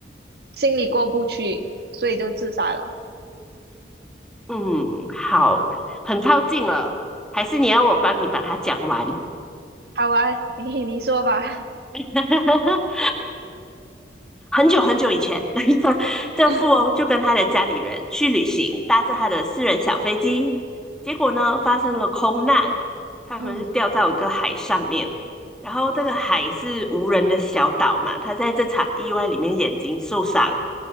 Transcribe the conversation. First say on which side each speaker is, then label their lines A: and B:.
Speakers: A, on the right; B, in the centre.
A: 心里过不去，所以就自杀了。
B: 嗯，好，很靠近了，还是你要我帮你把它讲完？
A: 好啊，你你说吧。
B: <laughs> 很久很久以前，<laughs> 这富翁就跟他的家里人去旅行，
A: <laughs>
B: 搭着他的私人小飞机，结果呢发生了空难，他们就掉到一个海上面。
A: 嗯
B: 然后这个海是无人的小岛嘛，他在这场意外里面眼睛受伤，